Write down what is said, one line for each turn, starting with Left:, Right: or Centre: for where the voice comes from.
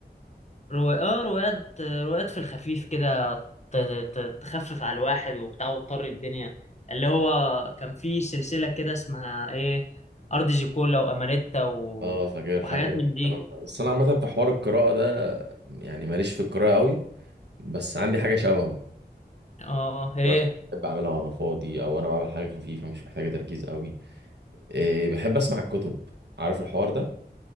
Left: روايات اه روايات روايات في الخفيف كده ت- ت- تخفف على الواحد وبتاع وتطر الدنيا اللي هو كان في سلسله كده اسمها ايه ارض زيكولا واماريتا و...
Right: اه فاكر
Left: وحاجات
Right: فاكر
Left: من
Right: الكلام
Left: دي
Right: ده بس أنا عامة في حوار القراءة ده يعني ماليش في القراءة قوي بس عندي حاجة شبهه
Left: اه هي
Right: يعني مثلاً بحب أعملها وأنا فاضي أو أنا بعمل حاجة خفيفة مش محتاجة تركيز قوي إيه بحب أسمع الكتب عارف الحوار ده